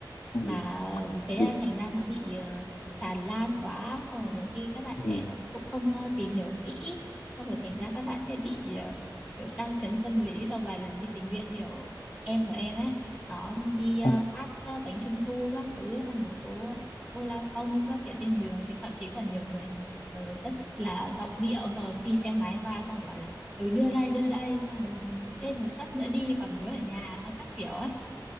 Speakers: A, on the left (about 75°); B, in the centre.
A: ừ,
B: mà thế
A: thì,
B: là thành ra nó bị ờ, tràn lan quá xong rồi nhiều khi các bạn
A: ừ,
B: trẻ nó cũng không ờ, tìm hiểu kỹ xong rồi thành ra các bạn sẽ bị ờ, kiểu sang chấn tâm lý sau vài lần đi tình nguyện như kiểu em của em ấy đó đi ờ,
A: ừ,
B: phát ờ, bánh trung thu các thứ cho một số cô lao công các kiểu trên đường thì thậm chí còn nhiều người ờ, rất là giọng điệu xong rồi phi xe máy qua xong rồi bảo là ừ đưa đây đưa đây xong rồi ừ, thêm một suất nữa đi còn đứa ở nhà xong các kiểu ấy